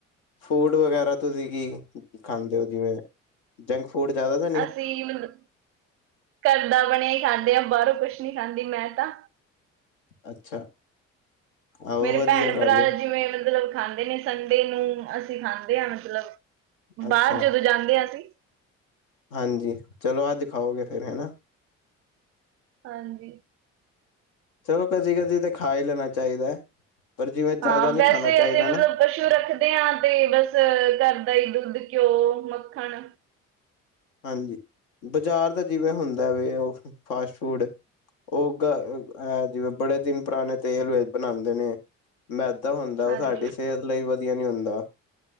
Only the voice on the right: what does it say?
ਅਸੀਂ ਮਲਬ ਘਰ ਦਾ ਬਨੇਆ ਈ ਖਾਂਦੇ ਆਂ ਬਾਰੋਂ ਕੁਛ ਨੀ ਖਾਂਦੀ ਮੈਂ ਤਾਂ।
ਮੇਰੇ
ਭੈਨ
ਭਰਾ
ਜਿਵੇਂ ਮਤਲਬ ਖਾਂਦੇ ਨੇ ਸੰਡੇ ਨੂੰ ਅਸੀਂ ਖਾਂਦੇ ਆਂ ਮਤਲਬ
ਬਾਰ ਜਦੋਂ ਜਾਂਦੇ ਆਂ ਅਸੀਂ।
ਹਾਂਜੀ।
ਹਾਂ
ਵੈਸੇ
ਅਸੀਂ ਮਤਲਬ
ਪਸ਼ੂ ਰੱਖਦੇ ਆਂ ਤੇ ਬਸ ਘਰ ਦਾ ਈ ਦੁੱਦ, ਘਿਓ, ਮੱਖਨ
ਹਾਂਜੀ।